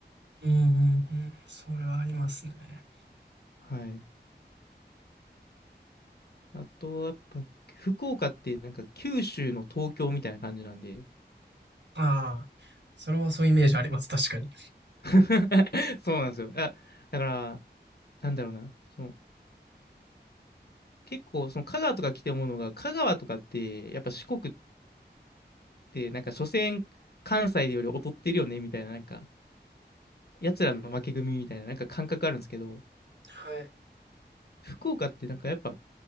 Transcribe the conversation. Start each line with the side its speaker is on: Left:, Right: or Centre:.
Right: うんうんうん。それはありますね。
Left: はい。あと、やっぱ、福岡ってなんか九州の東京みたいな感じなんで。
Right: ああ、それはそういうイメージあります。確かに。
Left: <laughs> そうなんですよ。あ、だから、なんだろうな。その、結構、その香川とか来て思うのが、香川とかって、やっぱ四国って、なんか、所詮、関西より劣ってるよね、みたいな、なんか、奴らの負け組みたいな、なんか感覚あるんですけど、
Right: はい。
Left: 福岡ってなんかやっぱ、